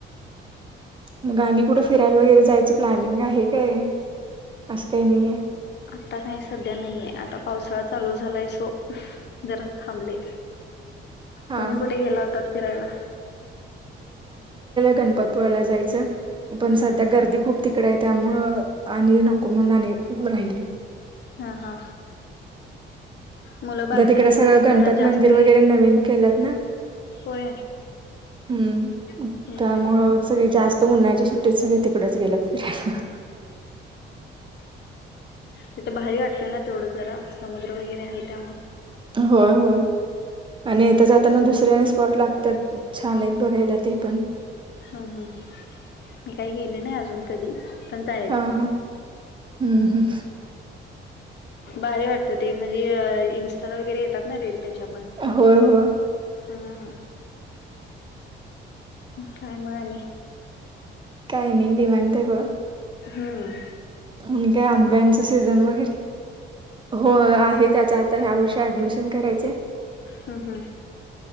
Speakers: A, on the right; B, on the left.
A: मग आणि कुठे फिरायला वगैरे जायचं प्लॅनिंग आहे काय असं काही नाही आहे
B: आता काही सध्या नाहीये आता पावसाळा चालू झालाय सो जरा थांबले
A: हां
B: तुम्ही
A: हां
B: कुठे गेला होताात फिरायला
A: गणपतीपुळ्याला जायचं पण
B: हम्
A: सध्या
B: हम्
A: गर्दी खूप तिकड आहे त्यामुळं आणि नको म्हणून राहिल
B: हा हा मुलं बारकी
A: आ तिकड
B: असली
A: सगळं
B: की
A: गणपती
B: जरा जास्त
A: मंदिर वगैरे नवीन केलंत ना
B: होय
A: हम्म
B: हम्म
A: त्यामुळे
B: हम्म
A: सगळे जास्त उन्हाळच्या सुट्टीत सगळे तिकडच गेलेत फिरायला
B: तिथं बाारी वाटतें ना तेवढंच जरा समुद्र वगैरे आहे त्यामुळ
A: होय होय आणि इथं जाताना दुसऱ्याने स्पॉट लागतात छान आहेत बघायला ते पण
B: हम हम मी काही गेले नाही अजून कधी पण जायचं
A: हा हा
B: आहे
A: हम्म हम्म
B: भारी वाटत. ते म्हणजे इंस्टाला वगैरे येतात ना, रिल त्याच्या.
A: होय, हो!
B: हां. कााय म? आनी -
A: <unintelligible>
B: हं -
A: आणि काय? आंब्यांच सीझन वगैरे. हो, आहे. त्यात - त आता ह्या वर्षी ऍडमिशन करायचय.
B: हं ह